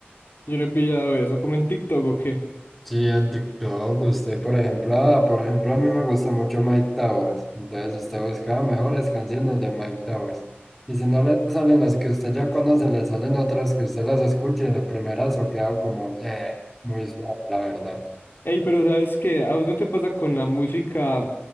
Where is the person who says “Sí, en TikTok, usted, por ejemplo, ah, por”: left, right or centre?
Centre